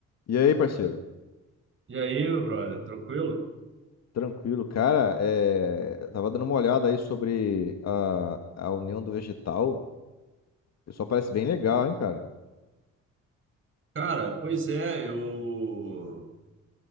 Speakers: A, on the left (about 60°); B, on the right (about 40°).
A: E aí, parceiro?
B: E aí, meu brother, tranquilo?
A: Tranquilo, cara. É... eu Tava dando uma olhada aí sobre a, a união do vegetal. O pessoal parece bem legal, hein, cara?
B: Cara, pois é, eu